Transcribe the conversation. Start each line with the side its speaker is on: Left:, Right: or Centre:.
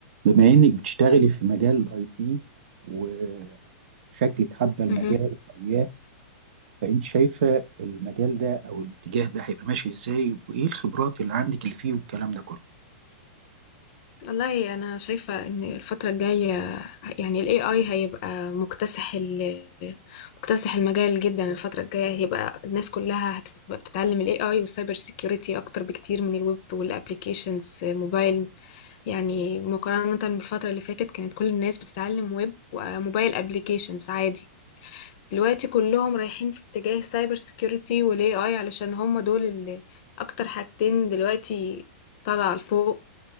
Right: بما انك بتشتغلي في مجال الاي تي وشكلك حابه المجال
Left: اهم.
Right: وياه فانت شايفه المجال ده او الاتجاه ده هيبقى ماشي ازاي وايه الخبرات اللي عندك اللي فيه والكلام ده كله
Left: والله أنا شايفة إن الفترة الجاية يعني الAI هيبقى مكتسح ال مكتسح المجال جدًا الفترة الجاية هيبقى الناس كلها هتبقى بتتعلم الAI والcyber security أكتر بكتير من الويب والapplications موبايل يعني مقارنة بالفترة اللي فاتت كانت كل الناس بتتعلم ويب وموبايل applications عادي دلوقتي كلهم رايحين في اتجاه cyber security وال AI علشان هم دول اللي أكتر حاجتين دلوقتي طالعة لفوق